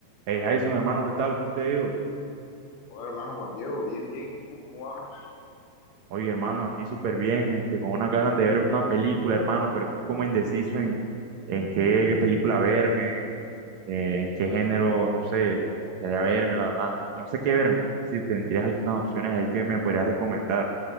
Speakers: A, on the right (about 85°); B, on the left (about 75°).
A: Hey Jason, hermano, ¿qué tal? ¿Cómo te ha ido?
B: Hola, hermano Juan Diego, bien, bien. ¿Y tú cómo vas?
A: Oye, hermano, aquí súper bien, este, con unas ganas de verme una película, hermano, pero estoy como indeciso en, en qué, qué película verme, eh, en qué género, no sé, me gustaría verme, la verdad, no, no sé qué verme. Si tendrías algunas opciones ahí que me podrías recomendar,